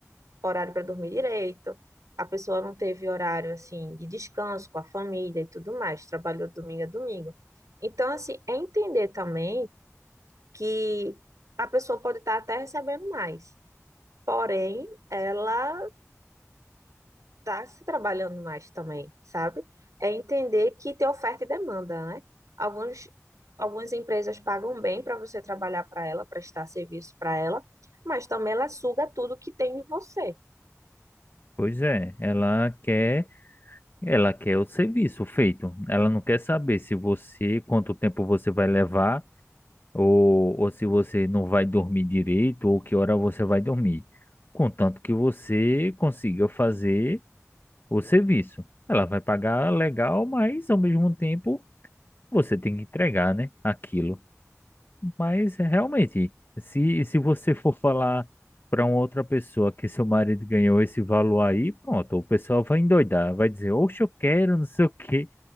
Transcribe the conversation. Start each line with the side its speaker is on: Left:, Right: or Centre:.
Right: horário para dormir direito, a pessoa não teve horário assim de descanso com a família e tudo mais, trabalhou domingo a domingo. Então, assim, é entender também que a pessoa pode estar até recebendo mais, porém, ela tá se trabalhando mais também, sabe? É entender que tem oferta e demanda, né? Alguns, algumas empresas pagam bem para você trabalhar para ela, prestar serviço para ela, mas também ela suga tudo que tem em você.
Left: Pois é, ela quer, ela quer o serviço feito. Ela não quer saber se você, quanto tempo você vai levar. ou, ou se você não vai dormir direito, ou que hora você vai dormir. Contanto que você consiga fazer o serviço. Ela vai pagar legal, mas ao mesmo tempo você tem que entregar, né, aquilo. Mas realmente, se, se você for falar para uma outra pessoa que seu marido ganhou esse valor aí, pronto, o pessoal vai endoidar, vai dizer, oxe, eu quero, não sei o quê.